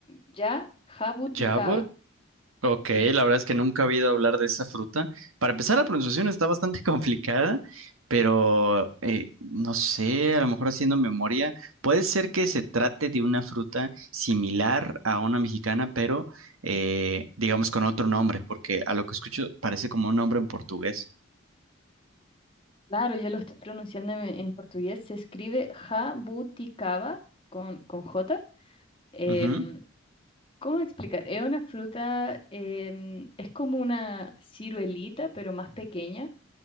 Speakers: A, on the left; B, on the right.
A: Ya, jabuticaba.
B: Chabot, ok,
A: ¿sí?
B: la verdad es que nunca he oído hablar de esa fruta. Para empezar, la pronunciación está bastante <laughs> complicada, pero eh, no sé, a lo mejor haciendo memoria, puede ser que se trate de una fruta similar a una mexicana, pero eh, digamos con otro nombre, porque a lo que escucho parece como un nombre en portugués.
A: Claro, yo lo estoy pronunciando en, en portugués. Se escribe jabuticaba con, con J. Em,
B: Ujú.
A: ¿cómo explicar? Es una fruta, em, es como una ciruelita, pero más pequeña,